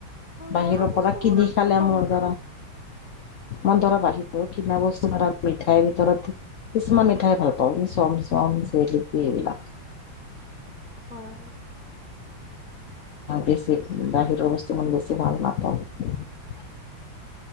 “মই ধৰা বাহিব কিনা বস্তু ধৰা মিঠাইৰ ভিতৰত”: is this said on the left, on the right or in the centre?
Left